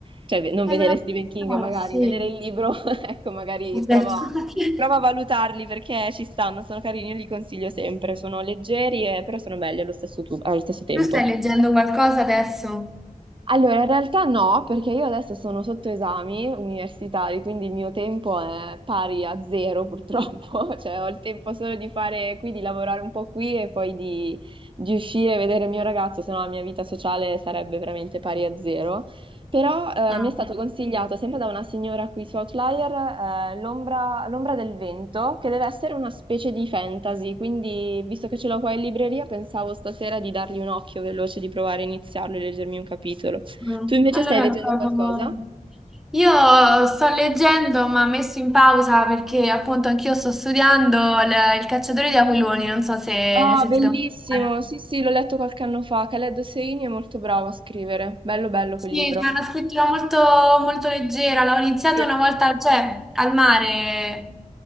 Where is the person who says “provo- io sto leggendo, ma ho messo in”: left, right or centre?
Centre